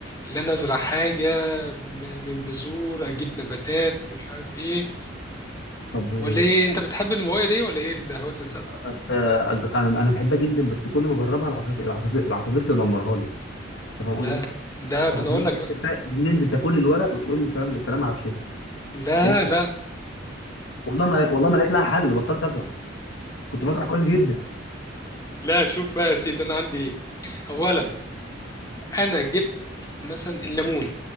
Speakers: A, on the left (about 20°); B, on the left (about 80°).
A: اللي انا ازرع حاجة م- من بذور اجيب نباتات مش عارف ايه
B: طب و
A: ولا ايه انت بتحب المويه دي ولا ايه هواية الزرع
B: بس أج- انا أنا بحبها جدا بس كل ما اجربها العصافير العصافير العصافير تدمرها لي انت فاهم
A: لا
B: قصدي
A: لا ده
B: العصافير
A: انا اقول
B: تنزل
A: لك بقى
B: تا- ننزل تاكل لي الورق وتقول لي سلام سلام على بشافي ما
A: لا
B: تعملش حاجه
A: لا
B: والله ما والله ما لقيت لها حل بطلت ازرع كنت بزرع كويس جدا
A: لا شوف بقى يا سيدي انا عندي ايه اولا انا جبت مثلا الليمون